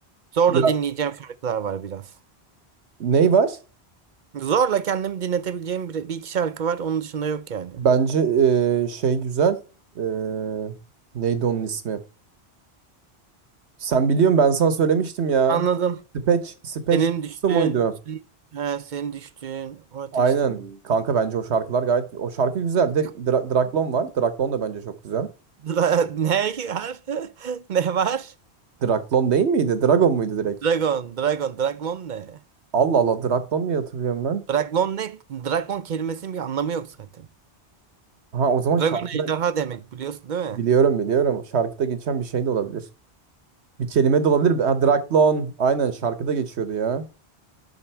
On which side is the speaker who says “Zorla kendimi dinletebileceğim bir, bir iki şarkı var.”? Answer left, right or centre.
Right